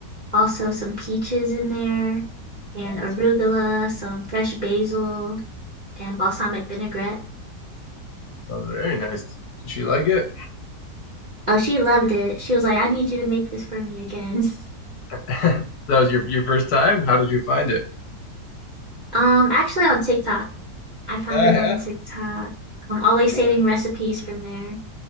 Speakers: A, on the right; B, on the left.
A: also some peaches in there and
B: yeah,
A: arugula, some fresh basil and balsamic vinaigrette.
B: Sounds very nice. Did she like it?
A: Oh, she loved it. She was like, "I need you to make this for me again." <laughs>
B: <laughs> That was your your first time? How did you find it?
A: Um, actually on TikTok. I found
B: Yeah,
A: it on TikTok. I'm always
B: yeah.
A: saving
B: Did it work
A: recipes from there.